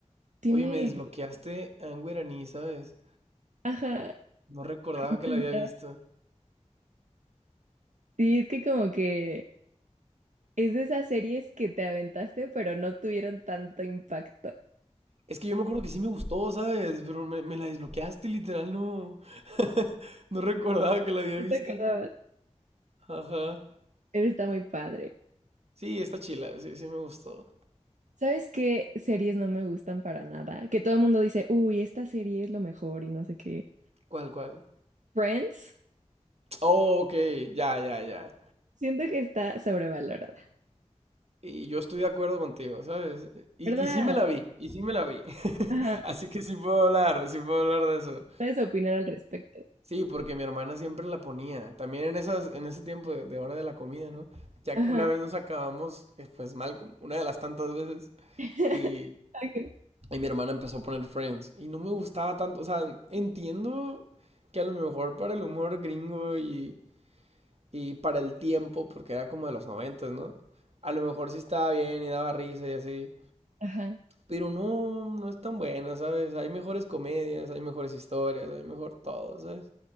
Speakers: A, on the right; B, on the right.
A: tiene,
B: Oye, me desbloqueaste Angwer Annie, ¿sabes?
A: ajá,
B: No recordaba
A: <laughs>
B: que la había visto.
A: sí, es que como que Es de esas series que te aventaste, pero no tuvieron tanto impacto.
B: Es que yo me acuerdo que sí me gustó, ¿sabes? Pero me, me la desbloqueaste, literal, no. <laughs> No recordaba que la había
A: No
B: visto.
A: te acordabas.
B: Ajá.
A: Está muy padre.
B: Sí, está chila, sí, sí me gustó.
A: ¿Sabes qué series no me gustan para nada? Que todo el mundo dice, uy, esta serie es lo mejor y no sé qué.
B: ¿Cuál, cuál?
A: Friends,
B: Oh, ok, ya, ya, ya.
A: siento que está sobrevalorada,
B: Y yo estoy de acuerdo contigo, ¿sabes? Y,
A: ¿verdad?
B: y sí me la vi, y sí me la vi. <laughs>
A: Ajá.
B: Así que sí puedo hablar, sí puedo hablar de eso.
A: Puedes opinar al respecto.
B: Sí, porque mi hermana siempre la ponía. También en esas, en ese tiempo de, de hora de la comida, ¿no? Ya
A: Ajá.
B: una vez nos acabamos, eh, pues mal, como una de las tantas veces,
A: <laughs>
B: y,
A: Ok.
B: y mi hermana empezó a poner Friends. Y no me gustaba tanto. O sea, entiendo que a lo mejor para el humor gringo y, y para el tiempo, porque era como de los noventas, ¿no? A lo mejor sí estaba bien y daba risa y así.
A: Ajá.
B: Pero no, no es tan buena, ¿sabes? Hay mejores comedias, hay mejores historias, hay mejor todo, ¿sabes?